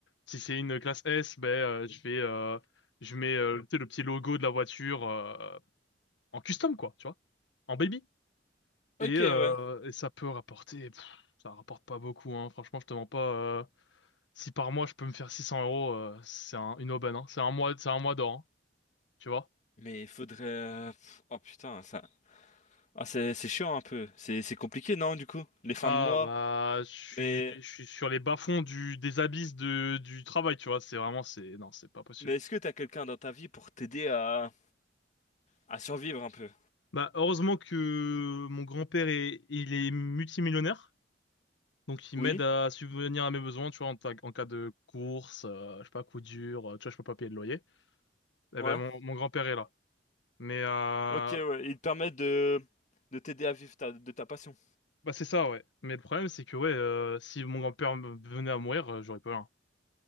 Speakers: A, on the left (about 70°); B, on the left (about 40°).
A: Si c'est une classe S, ben euh, je fais euh, je mets euh, tu sais, le petit logo de la voiture euh, en custom quoi, tu vois, en baby
B: ok,
A: et, euh,
B: ouais.
A: et ça peut rapporter pff, ça rapporte pas beaucoup hein, franchement je te mens pas euh, si par mois je peux me faire 600 euros euh, c'est un, une aubaine hein. C'est un mois c'est un mois d'or, hein, tu vois.
B: Mais il faudrait... euh, pff, Oh putain, ça... Ah, c'est c'est chiant un peu. C'est c'est compliqué, non, du coup? Les fins
A: Ah
B: de mois.
A: bah je suis
B: Mais,
A: je suis sur les bas-fonds du des abysses de du travail, tu vois, c'est vraiment c'est non, c'est pas possible.
B: mais est-ce que t'as quelqu'un dans ta vie pour t'aider à... à survivre un peu?
A: Bah heureusement que mon grand-père est il est multimillionnaire, donc il
B: Oui?
A: m'aide à subvenir à mes besoins, tu vois, en, ta- en cas de course, euh, je sais pas, coup dur, euh, tu vois, je peux pas payer le loyer. Eh
B: Ouais.
A: ben mon, mon grand-père est là. Mais euh,
B: Ok, ouais. Il te permet de, de t'aider à vivre ta- de ta passion.
A: bah c'est ça ouais. Mais le problème c'est que ouais, euh, si mon grand-père me- venait à mourir, euh, j'aurais pas rien.